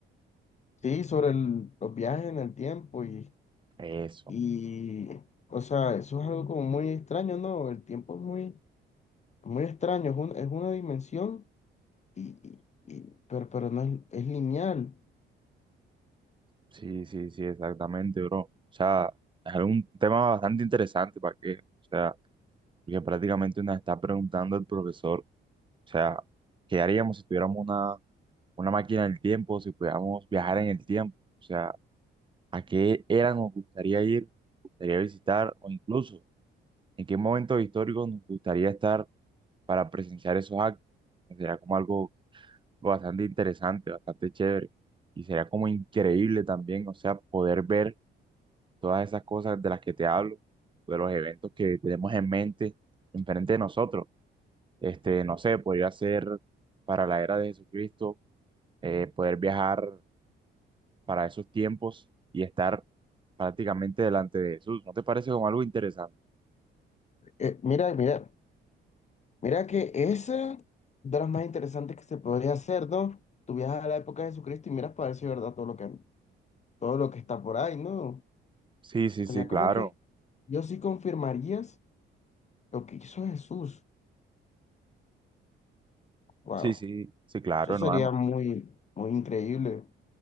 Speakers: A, on the left (about 35°); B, on the right (about 25°).
A: Sí, sobre el- los viajes en el tiempo y,
B: Eso.
A: y, o sea, eso es algo como muy extraño, ¿no? El tiempo es muy, muy extraño, es un- es una dimensión y, y- y- pero, pero no es, es lineal.
B: Sí, sí, sí, exactamente, bro. O sea, es un tema bastante interesante para qué, o sea, porque prácticamente nos está preguntando el profesor, o sea, ¿qué haríamos si tuviéramos una, una máquina del tiempo, si pudiéramos viajar en el tiempo? O sea, ¿a qué era nos gustaría ir, nos gustaría visitar o incluso en qué momento histórico nos gustaría estar? para presenciar esos actos. Sería como algo bastante interesante, bastante chévere. Y sería como increíble también, o sea, poder ver todas esas cosas de las que te hablo, de los eventos que tenemos en mente, enfrente de nosotros. Este, no sé, podría ser para la era de Jesucristo, eh, poder viajar para esos tiempos y estar prácticamente delante de Jesús. ¿No te parece como algo interesante?
A: Eh, mira, mira. Mira que esa de las más interesantes que se podría hacer, ¿no? Tú viajas a la época de Jesucristo y miras para ver si es verdad todo lo que, todo lo que está por ahí, ¿no?
B: Sí, sí,
A: O sea,
B: sí,
A: ya como
B: claro.
A: que yo sí confirmarías lo que hizo Jesús. Wow,
B: Sí, sí, sí, claro,
A: eso sería
B: hermano.
A: muy, muy increíble.